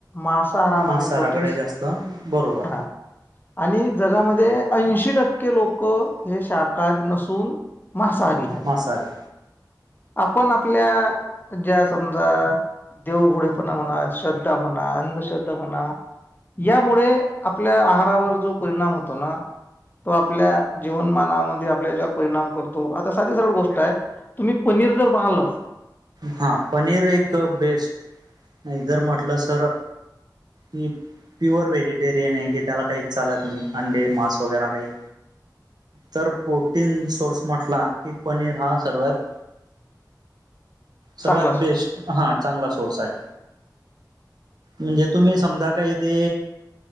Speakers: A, on the left; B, on the right.
A: मांसाहारामध्ये
B: मांसाहाराकडे
A: प्रोटीन्स
B: जास्त बरोबर
A: हा. आणि जगामध्ये ऐंशी टक् के लोकं हे शाकारी नसून मांसाहारी आहेत
B: मासाहारी
A: आपण आपल्या ज्या समजा देवभोडेपणा म्हणा, श्रद्धा म्हणा, अंधश्रद्धा म्हणा यामुळे आपल्या आहारावर जो परिणाम होतो ना तो आपल्या जीवनमानामध्ये आपल्या याच्यावर परिणाम करतो आता सादी सरळ गोष्ट आहे तुम्ही पनीर जर पाहलस
B: हा पनीर एक बेस्ट नाही जर म्हटलं सर हे प्युअर व्हेजिटेरियन आहे की त्याला काही चालत नाही अंडे मांस वगैरे काही तर प्रोटीन सोर्स म्हटला की पनीर हा सर्वात सर्वात
A: चांगला सोर्स
B: बेस्ट हा चांगला सोर्स आहे म्हणजे तुम्ही समजा काही ते